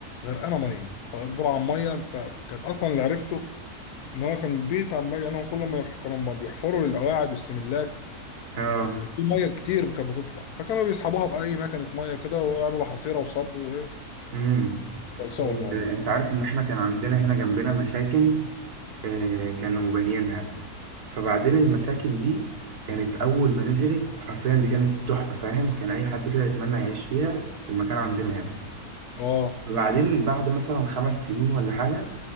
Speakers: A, on the left; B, on the right.
A: غرقانه ميه فطبعا ميه انت كانت اصلا اللي عرفته ان هو كان البيت عمال يعني هو كل ما يح- كانوا ما بيحفروا للقواعد والسملات
B: اه
A: ال- في ميه كتير كانت بتطلع فكانوا بيسحبوها باي مكنه ميه كده ويعملوا حصيره وصبوا وايه
B: امم
A: خلصوا الموضوع
B: انت عارف ان احنا كان عندنا هنا جنبنا مساكن آه كانوا بانيينها فبعدين المساكن دي كانت أول ما نزلت حرفيا دي كانت تحفة فاهم كان أي حد كده يتمنى يعيش فيها في المكان عندنا هنا
A: اه
B: وبعدين بعد مثلا خمس سنين ولا حاجة